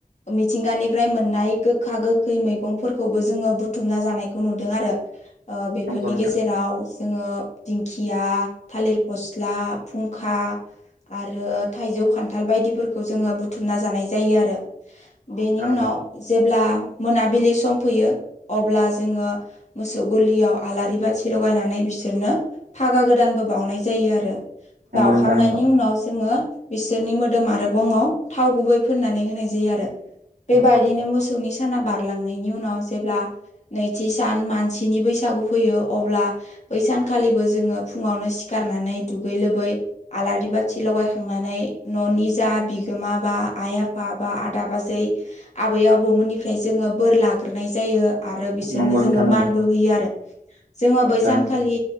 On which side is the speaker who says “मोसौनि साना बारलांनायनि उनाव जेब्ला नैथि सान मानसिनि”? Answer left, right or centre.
Left